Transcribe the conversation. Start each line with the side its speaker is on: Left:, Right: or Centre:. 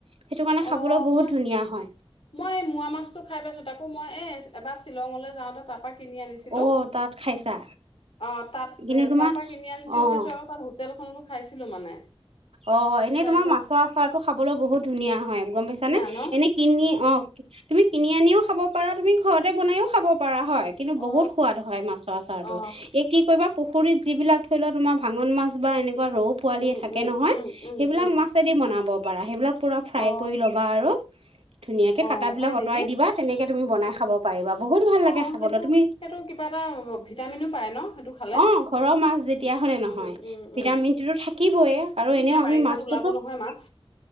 Right: সেইটো কাৰণে খাবলৈ
Left: অ',
Right: বহুত
Left: মই
Right: ধুনীয়া হয়
Left: মই এই মোৱা মাছতটো খাই পাইছো, তাকো মই এ এবাৰ শ্বিলঙলৈ যাওঁতে তাৰ পা কিনি আনিছিলো
Right: অ তাত খাইছা
Left: অ' তাত
Right: কিন্তু
Left: এ
Right: তোমাৰ
Left: তাৰ পৰা কিনি আনোতেও খাইছো
Right: অ
Left: আকৌ তাত হোটেলখনতো খাইছিলো মানে।
Right: অ', এনেই
Left: তাৰপিছত
Right: তোমাৰ মাছৰ আছৰটো খাবলৈ বহুত ধুনীয়া হয়। গম পাইছা
Left: ধুনীয়া
Right: নে
Left: ন
Right: এনে কিনি অ' তুমি কিনি আনিও খাব পাৰা তুমি ঘৰতে বনাইও খাব পাৰা। হয় কিন্তু বহুত
Left: অ
Right: সোৱাদ হয় মাছৰ আচাৰটো
Left: অ
Right: এই কি কবা পুখুৰীত যিবিলাক থৰি লও তোমাৰ ভাঙন মাছ বা এনেকুৱা ৰৌ পোৱালিয়ে
Left: উম
Right: থাকে থাকে
Left: উম
Right: নহয়
Left: উম উম
Right: সেইবিলাক
Left: উম
Right: মাছ দি বনাব পাৰা সেইবিলাক পূৰা ফ্ৰাই
Left: অ
Right: কৰি ল'বা আৰু ধুনীয়াকৈ
Left: অ
Right: কাটাবিলাক
Left: হয় নেকি
Right: আঁতৰাই দিবা। তেনেকে তুমি বনাই খাব পাৰিবা বহুত ভাল
Left: অ
Right: লাগে খাবলৈ
Left: সেইটো
Right: তুমি
Left: সেইটো কিবা এটা ভিটামিনো পায় ন' সেইটো খালে
Right: অ', ঘৰৰ মাছ যেতিয়া হলে নহয়
Left: উম উম
Right: ভিটামিন
Left: উম
Right: টোতো থাকিবইে আৰু
Left: এতিয়া
Right: এনেও আমি
Left: বাৰিষাত
Right: মাছটোতো
Left: ওলাব
Right: <unintelligible>
Left: নহয় মাছ।